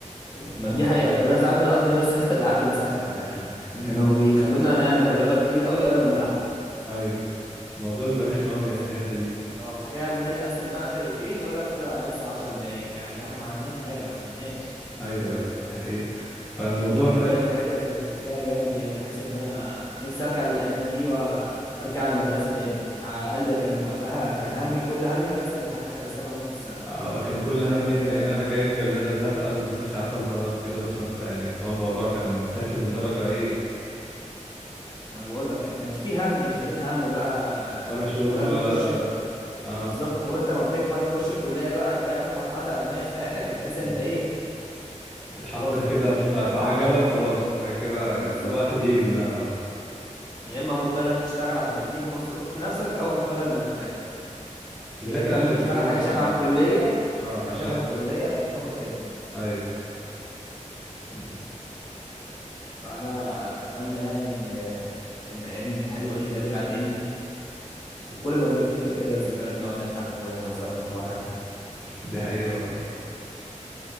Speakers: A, on the left; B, in the centre.
A: ما دي حقيقة كنا ساعات بنقضي نص حصة الألعاب بنسخن تقريبا
B: امم
A: كانوا بيخلونا نعمل رياضة كتير قوي قبل ما نلعب
B: أيوه الموضوع بيبقى رخم أوي
A: بص
B: يعني في الحتة دي
A: اه وبعد كده لما جينا نقسم بقى فرقتين يقول لك فاضل على الحصة 10 دقايق يعني يا جماعة، احنا ما عملناش حاجة ما لحقناش
B: أيوه أيوه دي حقيقة فالموضوع
A: دي من
B: فعلا
A: ضمن الحاجات اللي كنا بنفتكرها جامد يعني بحس ان انا نفسي ارجع للايام دي وارجع المدرسه تاني على الاقل كان وقتها كان همي كل همي بس امتحانات اخر السنه ونص السنه
B: آه، كان كل
A: غير
B: همي
A: كده
B: إن إن أنا جايب جلادة زرقاء وميسي على طلبة جلادة صفراء يعني اللي هو الموضوع كان تافه لدرجة إيه
A: ما انا بقول لك ما كانش فيه هم شايلين هم بقى
B: ولا شغل
A: لما
B: ولا
A: تخش
B: آه
A: بالظبط وانت ما بتكبر تخش الكليه بقى اللي هي اخر مرحله تعليميه في حياتك بتحس
B: مم.
A: ان انت ايه
B: اتحطيت
A: خلاص بقى
B: كده
A: محتاج
B: في في عجلة وخلاص أنت كده
A: بالظبط
B: الوقت بيجري بقى بعدها
A: يا اما مضطر انك تشتغل عشان تجيب مصروف لنفسك او مضطر انك
B: تذاكر
A: تكون
B: عشان
A: بتشتغل
B: تجيب
A: حاجه شبه
B: مجموع
A: الكليه
B: اه
A: حاجه
B: عشان
A: شبه الكليه عشان تاخد خبره
B: ايوه <laughs>
A: فانا اتمنى يعني ان ان ايام الحلوه دي ترجع تاني وكل ما نفتكر كده الذكريات نقعد نضحك ونهزر مع بعض عليها
B: دي حقيقة والله